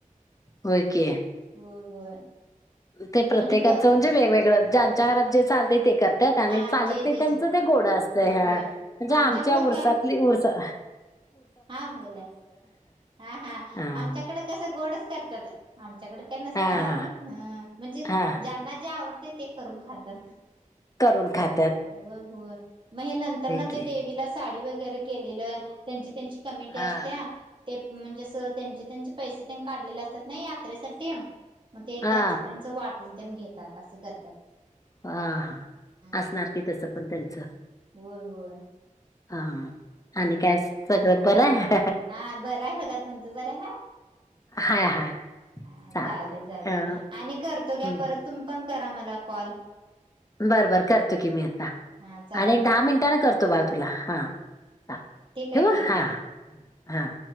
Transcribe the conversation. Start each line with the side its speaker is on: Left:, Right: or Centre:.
Left: होय की.
Right: होय होय.
Left: ते प्रत्येकाचा
Right: म्हणजे ब
Left: म्हणजे वेगवेगळं ज्यांच्या घरात जे चालत ते कर त्यात आणि
Right: हा
Left: चालत
Right: जे
Left: ते
Right: जे
Left: त्यांचा ते गोडा असतय
Right: होय
Left: हा
Right: होय
Left: म्हणजे
Right: आमच्याकडे
Left: आमच्या उरसातली
Right: काय
Left: उरर्सा
Right: हा बोला, हा हा
Left: हा
Right: आमच्याकडे कसं गोडच करतात. च्याकडे काही नसते
Left: हा
Right: नॉनव्हेज, हां म्हणजे
Left: हा
Right: ज्यांना जे आवडते ते करून खातात.
Left: करून खात
Right: होय होय मग हे नंतर ना
Left: की
Right: ते देवीला साडी वगैरे केलेलं त्यांची त्यांची कमटी
Left: हा
Right: असत्या ते म्हणजे असं त्यांचे त्यांचे पैसे तेन काढलेले असतात ना यात्रेसाठी म ते
Left: हा
Right: त्यांचा त्यांचा वाटून तेन घेतात असं कर
Left: आ असणार
Right: हा
Left: की तसं पण त्यांचा
Right: होय होय.
Left: हा आणि काय सगळं बरं आहे?
Right: हां बरं आहे बघा तुमचं बरं हाय?
Left: हाय हाय
Right: हा
Left: चालतंय
Right: चालते-चालते
Left: अ,
Right: आणि करतो बया
Left: हं.
Right: परत तुम्ही पण करा मला कॉल
Left: बरं बर करतो की मी आता
Right: हा चालते
Left: आणि एक दहा मिनटांने करतो, बा तुला हा. हा
Right: ठीक
Left: ठेवू
Right: आहे ठीक
Left: हा
Right: आहे
Left: हा.